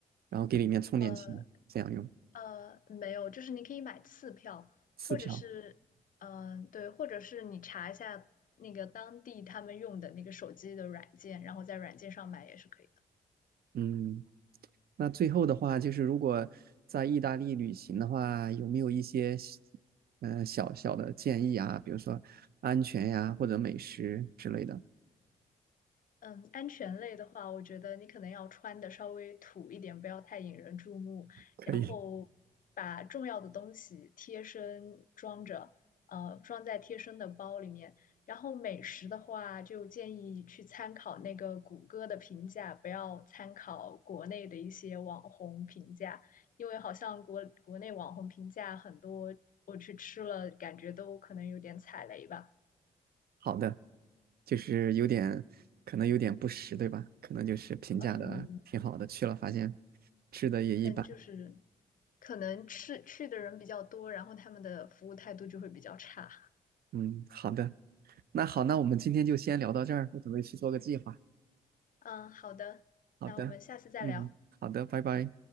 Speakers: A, on the right; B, on the left.
A: 然后给里面充点钱，
B: 呃
A: 这样用
B: 呃，没有，就是你可以买次票，
A: 次票。
B: 或者是，嗯、对，或者是你查一下那个当地他们用的那个手机的软件，然后在软件上买也是可以的。
A: 嗯，那最后的话，就是如果在意大利旅行的话，有没有一些嗯、呃小小的建议啊？比如说安全呀，或者美食之类的。
B: 嗯，安全类的话，我觉得你可能要穿的稍微土一点，不要太引人注目，
A: 可以，
B: 然后把重要的东西贴身装着，呃，装在贴身的包里面。然后美食的话，就建议去参考那个谷歌的评价，不要参考国内的一些网红评价，因为好像国国内网红评价很多，我去吃了，感觉都可能有点踩雷吧。
A: 好的，就是有点可能有点不实，对吧？可能就是评价的挺好的，
B: 嗯，
A: 去了发现吃的也一般。
B: 嗯，就是可能去去的人比较多，然后他们的服务态度就会比较差。
A: 嗯，好的，那好，那我们今天就先聊到这儿，我准备去做个计划。
B: 嗯，好的，
A: 好的，
B: 那我们下次再聊。
A: 嗯，好的，拜拜。